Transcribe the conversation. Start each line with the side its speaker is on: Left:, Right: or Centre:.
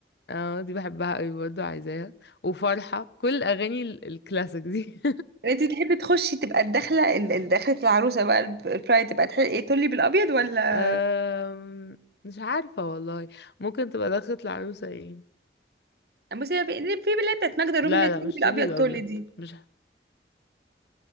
Left: اه دي بحبها قوي برضه عايزاها وفرحة كل الأغاني ال- الكلاسيك دي
Right: انت تحبي تخشي تبقى الدخله ال- دخله العروسه بقى الب- البرايد تبقى تحل... ايه تولي بالابيض ولا
Left: <laughs> أم... مش عارفة والله ممكن تبقى دخلت العروسة ايه
Right: بصي هي في في اللي هي بتاعت ماجدة الرومي
Left: لا
Right: اللي هي
Left: لا
Right: تولي
Left: مش
Right: بالابيض
Left: طولي الأبيض
Right: تولي دي
Left: مش ه-